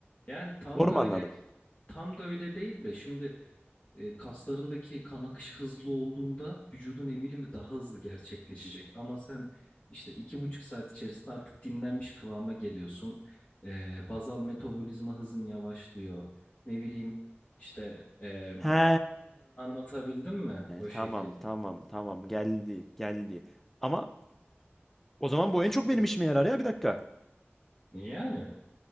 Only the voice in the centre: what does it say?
Doğru
mu
anladım?
He,
tamam, tamam, tamam geldi, geldi. Ama o zaman bu en çok benim işime yarar ya bir dakika.